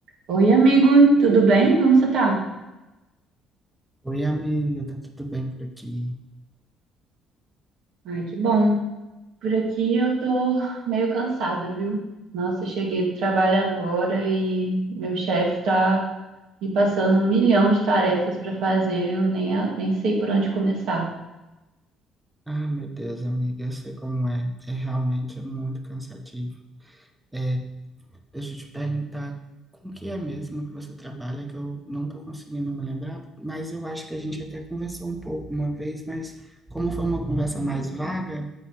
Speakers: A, on the right (about 70°); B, in the centre.
A: Oi, amigo, tudo bem? Como você tá?
B: Oi, amiga, tá tudo bem por aqui?
A: Ai, que bom. Por aqui eu tô meio cansada, viu? Nossa, eu cheguei do trabalho agora e meu chefe tá me passando um milhão de tarefas pra fazer, eu nem, a- nem sei por onde começar.
B: Ah, meu Deus, amiga, eu sei como é. É realmente é muito cansativo. É, deixa eu te perguntar, com que é mesmo que você trabalha, que eu não tô conseguindo me lembrar, mas eu acho que a gente até conversou um pouco uma vez, mas como foi uma conversa mais vaga,